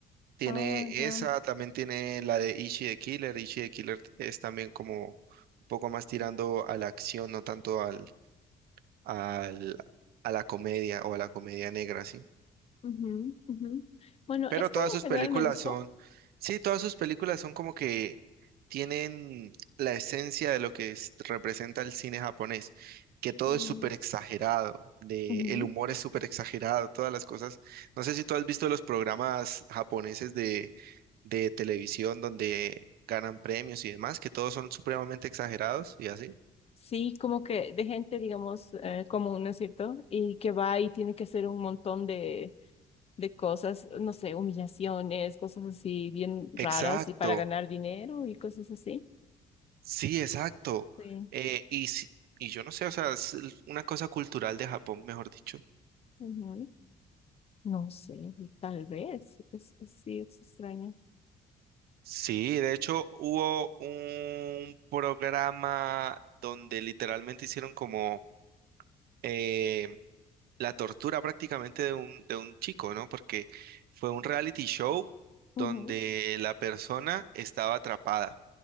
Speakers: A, on the right; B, on the left.
A: Tiene
B: Ah, ya.
A: esa, también tiene la de Ishi the Killer. Ishi the Killer es también como un poco más tirando a la acción, no tanto al, al, a la comedia o a la comedia negra, ¿sí?
B: Ujú, ujú. Bueno,
A: Pero
B: esto
A: todas
B: en
A: sus
B: general
A: películas
B: me gustó.
A: son, sí, todas sus películas son como que tienen la esencia de lo que es- representa el cine japonés, que todo
B: Mm,
A: es súper exagerado, de,
B: ujú.
A: el humor es súper exagerado, todas las cosas. No sé si tú has visto los programas japoneses de, de televisión donde ganan premios y demás, que todos son supremamente exagerados y así.
B: Sí, como que de gente, digamos, eh, común, ¿no es cierto? Y que va y tiene que hacer un montón de, de cosas, no sé, humillaciones, cosas así bien raras
A: Exacto,
B: y para ganar dinero y cosas así.
A: sí, exacto.
B: Sí.
A: Eh, y, si- y yo no sé, o sea, es una cosa cultural de Japón, mejor dicho.
B: ujú. No sé, y tal vez. Es, es- sí, es extraño.
A: Sí, de hecho hubo un programa donde literalmente hicieron como eh, la tortura prácticamente de un, de un chico, ¿no? Porque fue un reality show donde
B: Ujú,
A: la persona estaba atrapada,